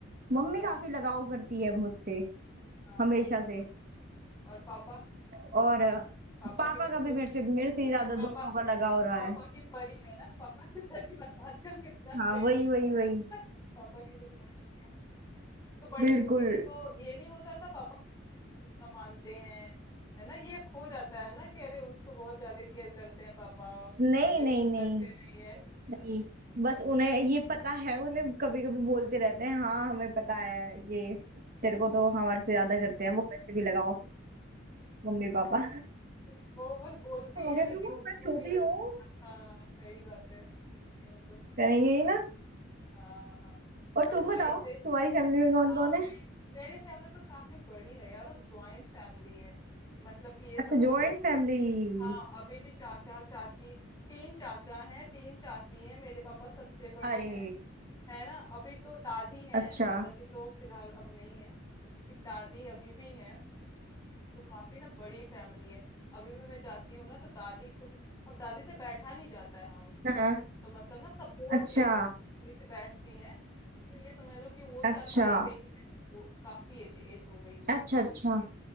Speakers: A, on the right; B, on the left.
A: मम्मी
B: आ,
A: काफी लगाव करती है मुझसे
B: हाँ
A: हमेशा
B: हाँ
A: से
B: और पापा
A: और अ,
B: पापा
A: पापा
B: की भी
A: का
B: तो
A: भी
B: दो-
A: मेरे से मेरे से
B: जैसे
A: ही ज्यादा दोनों
B: पापा
A: का लगाव रहा
B: पापा
A: है
B: की परी है ना पापा की परी वाला आजकल कितना
A: हाँ
B: ट्रेंड
A: वही
B: में
A: वही
B: <laughs>
A: वही
B: पापा की बीमारी भी किया तो बड़ी
A: बिल्कुल
B: दीदी को ये नहीं होता था कितना मानते हैं है ना ये खो जाता है ना कि अरे उसको बहुत ज्यादा केयर करते हैं पापा
A: नहीं
B: मेरी
A: नहीं
B: तो करते
A: नहीं
B: नहीं है तो
A: नहीं बस
B: कहता
A: उन्हें
B: है,
A: ये पता है उन्हें कभी कभी बोलते रहते हैं हाँ हमें पता है ये तेरे को
B: तुम
A: तो
B: बहुत
A: हमारे से ज्यादा करते हैं वो पैसे भी लगाओ मम्मी
B: हाँ,
A: पापा
B: वो बस बोलती
A: मगर
B: है लेकिन
A: तुम
B: उनको
A: मैं छोटी
B: भी लग-
A: हूँ
B: हाँ सही बात है छोटी हूँ तो
A: करेंगे ही ना
B: हाँ हाँ
A: और
B: और
A: तुम
B: भाई
A: बताओ
B: से
A: तुम्हारी फैमिली में कौन
B: हाँ
A: कौन है
B: मे, मेरी फैमिली तो काफी बड़ी है यार और ज्वाइंट फैमिली है मतलब कि ये समझ
A: अच्छा जॉइंट
B: लो कि
A: फैमिली
B: हाँ अभी भी चाचा चाची तीन चाचा हैं तीन चाची हैं मेरे पापा सबसे बड़े
A: अरे
B: हैं है ना अभी तो दादी हैं
A: अच्छा
B: दादाजी तो फिलहाल अब नहीं है लेकिन दादी अभी भी हैं तो काफी ना बड़ी फैमिली है अभी भी मैं जाती हूँ ना तो दादी को अब दादी से बैठा नहीं जाता है उनसे
A: हाँ
B: तो मतलब ना सपोर्ट
A: अच्छा
B: लेके थोड़ी सी बैठती हैं अब तो ये समझ लो कि वो
A: अच्छा
B: चारपाई पे ही है वो काफी एज एज हो गई है उनकी
A: अच्छा
B: उनकी
A: अच्छा